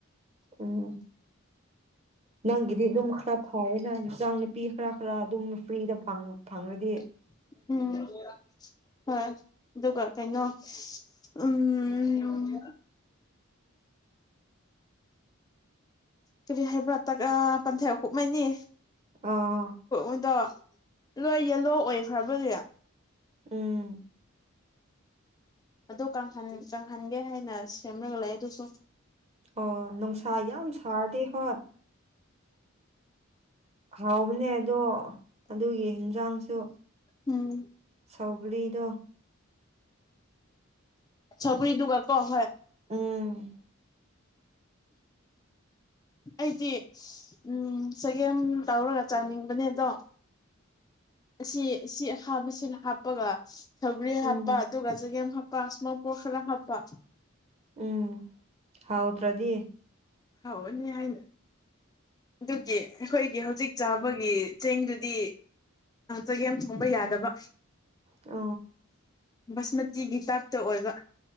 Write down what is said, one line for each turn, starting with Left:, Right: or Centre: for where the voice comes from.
Right: ꯎꯝ ꯅꯪꯒꯤꯗꯤ ꯑꯗꯨꯝ ꯈꯔ ꯐꯥꯏꯔ ꯅ ꯆꯥꯡ ꯄꯤꯈꯔꯥ ꯈꯔꯥꯗ ꯑꯗꯨꯝ ꯐ꯭ꯔꯤꯗ ꯐꯪꯉ꯭ꯔꯗꯤ
Left: ꯎꯝ ꯍꯣꯏ ꯑꯗꯨꯒꯒ ꯀꯩꯅꯩꯅꯣ ꯎꯝ ꯀꯔꯤ ꯍꯥꯏꯩꯕ꯭ꯔꯥꯠꯇ ꯄꯟꯊꯦꯜ ꯀꯨꯞꯃꯅꯤ
Right: ꯑꯥ
Left: <unintelligible> ꯂꯣꯏ ꯌꯦꯂꯣ ꯑꯣꯏꯈ꯭ꯔꯕꯅꯦ
Right: ꯎꯝ
Left: ꯑꯗꯨꯍ ꯀꯪꯍꯟꯒꯦ ꯍꯥꯏꯅ ꯁꯦꯝꯂꯒ ꯂꯩ ꯑꯗꯨꯁꯨ
Right: ꯑꯣ ꯅꯨꯡꯁꯥ ꯌꯥꯝ ꯁꯥꯔꯗꯤꯦ ꯍꯣꯏ ꯍꯥꯎꯅꯦ ꯑꯗꯣ ꯑꯗꯨꯒꯤ ꯌꯦꯟꯖꯥꯡꯁꯨ
Left: ꯎꯝ
Right: ꯁꯧꯒ꯭ꯔꯤꯗꯣ
Left: ꯁꯧꯒꯔꯤ ꯗꯨꯒ ꯀꯣ <unintelligible>
Right: ꯎꯝ
Left: ꯑꯩꯗꯤ ꯎꯝ ꯆꯒꯦꯝ ꯇꯧꯔꯒ ꯆꯥꯅꯤꯡꯕꯅꯦ ꯑꯗꯣ ꯑꯁꯤ ꯁꯤ ꯑꯁꯥꯕꯁꯤꯅ ꯍꯥꯞꯄꯒ ꯁꯧꯒꯔꯤ ꯍꯥꯞꯄ
Right: ꯎꯝ
Left: ꯑꯗꯨꯒ ꯆꯒꯦꯝ ꯍꯥꯞꯄ ꯃꯄꯣꯛ ꯈꯔ ꯍꯥꯞꯄ
Right: ꯎꯝ ꯍꯥꯎ ꯠꯇ꯭ꯔꯗꯤ
Left: ꯍꯧꯅꯤ ꯍꯥꯏꯅ ꯑꯗꯨꯒꯤ ꯑꯩꯈꯣꯏꯒꯤ ꯍꯧꯖꯤꯛ ꯆꯥꯕꯒꯤ ꯆꯦꯡꯗꯨꯗꯤ ꯆꯒꯦꯝ ꯊꯣꯡꯕ ꯌꯥꯗꯕ
Right: ꯑ
Left: ꯕꯥꯁꯃꯇꯤꯒꯤ ꯇꯥꯏꯞꯇ ꯑꯣꯏꯕ